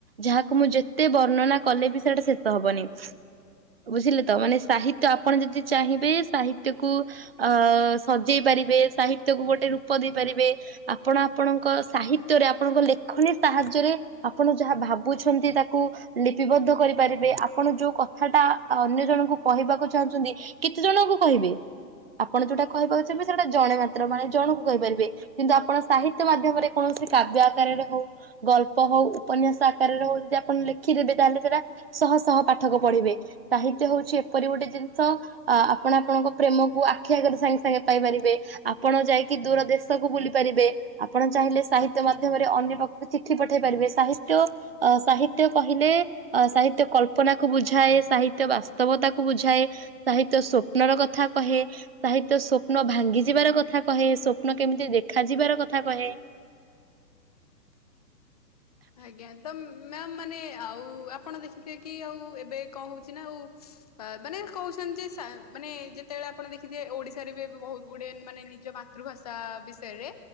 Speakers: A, on the right; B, on the left.
A: ଯାହାକୁ ମୁଁ ଯେତେ ବର୍ଣ୍ଣନା କଲେ ବି ସେଇଟା ଶେଷ ହବନି। ବୁଝିଲେ ତ ମାନେ ସାହିତ୍ୟ ଆପଣ ଯଦି ଚାହିଁବେ ସାହିତ୍ୟକୁ ଅ ସଜେଇ ପାରିବେ ସାହିତ୍ୟକୁ ଗୋଟେ ରୂପ ଦେଇପାରିବେ। ଆପଣ ଆପଣଙ୍କ ସାହିତ୍ୟରେ ଆପଣଙ୍କ ଲେଖନୀ ସାହାଯ୍ୟରେ ଆପଣ ଯାହା ଭାବୁଛନ୍ତି ତାକୁ ଲିପିବଦ୍ଧ କରିପାରିବେ ଆପଣ ଯୋଉ କଥାଟା ଆଉ ଅନ୍ୟ ଜଣଙ୍କୁ କହିବାକୁ ଚାହୁଁଛନ୍ତି କେତେ ଜଣଙ୍କୁ କହିବେ। ଆପଣ ଯୋଉଟା କହିପାରୁଥିବେ ସେଟା ଜଣେ ମାତ୍ର ମାନେ ଜଣଙ୍କୁ କହିପାରିବେ। କିନ୍ତୁ ଆପଣ ସାହିତ୍ୟ ମାଧ୍ୟମରେ କୌଣସି କାବ୍ୟ ଆକାରରେ ହଉ ଗଳ୍ପ ହଉ, ଉପନ୍ୟାସ ଆକାରରେ ହଉ ଯଦି ଆପଣ ଲେଖିଦେବେ ତାହେଲେ ସେଟା ସହ ସହ ପାଠକ ପଢ଼ିବେ। ସାହିତ୍ୟ ହଉଛି ଏପରି ଗୋଟେ ଜିନିଷ ଅ ଆପଣ ଆପଣଙ୍କ ପ୍ରେମକୁ ଆଖି ଆଗରେ ସାଙ୍ଗେ ସାଙ୍ଗେ ପାଇପାରିବେ ଆପଣ ଯାଇକି ଦୂର ଦେଶକୁ ବୁଲି ପାରିବେ। ଆପଣ ଚାହିଁଲେ ସାହିତ୍ୟ ମାଧ୍ୟମରେ ଅନ୍ୟ ପାଖକୁ ଚିଠି ପଠେଇ ପାରିବେ। ସାହିତ୍ୟ ଅ ସାହିତ୍ୟ କହିଲେ, ଅ ସାହିତ୍ୟ କଳ୍ପନାକୁ ବୁଝାଏ। ସାହି ତ୍ୟ ବାସ୍ତବତାକୁ ବୁଝାଏ। ସାହିତ୍ୟ ସ୍ୱପ୍ନର କଥା କହେ। ସାହିତ୍ୟ ସ୍ୱପ୍ନ ଭାଙ୍ଗି ଯିବାର କଥା କହେ, ସ୍ୱପ୍ନ କେମିତି ଦେଖା ଯିବାର କଥା କହେ?
B: ଆଜ୍ଞା, ତ ମ୍ୟାମ୍ ମାନେ ଆଉ ଆପଣ ଦେଖିଥିବେ କି ଆଉ ଏବେ କଣ ହଉଛି ନା, ଆଉ ଅ ମାନେ କହୁଛନ୍ତି ଯେ ସେ ମାନେ, ଯେତେବେଳେ ଆପଣ ଦେଖିଥିବେ ଓଡ଼ିଶାରେ ବି ଏବେ ବହୁତ ଗୁଟେ ମାନେ ନିଜ ମାତୃଭାଷା ବିଷୟରେ